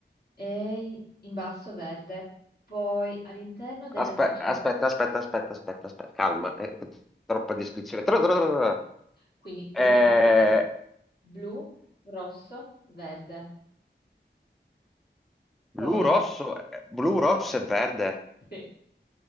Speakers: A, on the left; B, in the centre.
A: e in basso verde. Poi all'interno della
B: Aspe-
A: striscia,
B: Aspetta, aspetta, aspetta, aspetta, aspetta, calma, eh, troppa descrizione. Tro- tro- tro- tro- tro.
A: quindi
B: Eh,
A: orizzontale, blu, rosso, verde. Poi
B: blu, rosso, eh, blu, rosso e verde.
A: Sì.